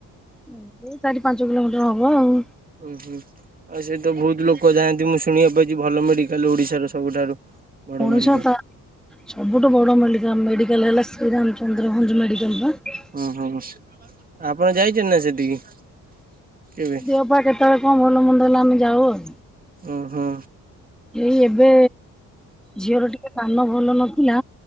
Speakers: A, in the centre; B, on the right (about 25°).
A: ଏଇ ସେଇ ଚାରି ପାଞ୍ଚ କିଲୋମିଟର ହବ ଆଉ।
B: ଉଁ ହୁଁ। ଆଉ ସେ ତ ବୋହୁତ ଲୋକ ଯାଆନ୍ତି ମୁଁ ଶୁଣିବାକୁ ପାଇଛି ଭଲ ମେଡିକାଲ ଓଡିଶାର ସବୁଠାରୁ। ବଡ
A: ଉଣେସତା
B: ମେଡିକାଲ।
A: ସବୁଠୁ ବଡ଼ ମେଡ଼ିକା ମେଡ଼ିକାଲ ହେଲା ଶ୍ରୀରାମଚନ୍ଦ୍ର ଭଞ୍ଜ ମେଡ଼ିକାଲ ବା।
B: ଓ ହୋ ଆପଣ ଯାଇଛନ୍ତି ନା ସେଟିକି କେବେ?
A: ଦେହ ପା କେତେବେଳେ କଣ ଭଲ ମନ୍ଦ ହେଲେ ଆମେ ଯାଉ ଆଉ।
B: ଓ ହୋ।
A: ଏଇ ଏବେ ଝିଅର ଟିକେ କାନ ଭଲ ନଥିଲା